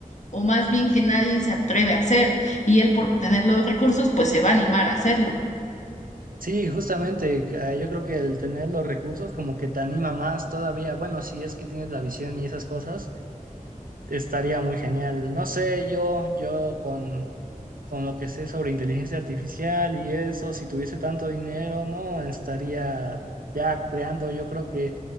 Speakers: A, on the left; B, on the right.
A: o más bien que nadie se atreve a hacer y él por tener los recursos, pues se va a animar a hacerlo.
B: Sí, justamente, eh, yo creo que el tener los recursos como que te anima más todavía, bueno, si es que tienes la visión y esas cosas estaría muy genial. No sé, yo, yo con, con lo que sé sobre inteligencia artificial y eso, si tuviese tanto dinero, no, estaría ya creando, yo creo que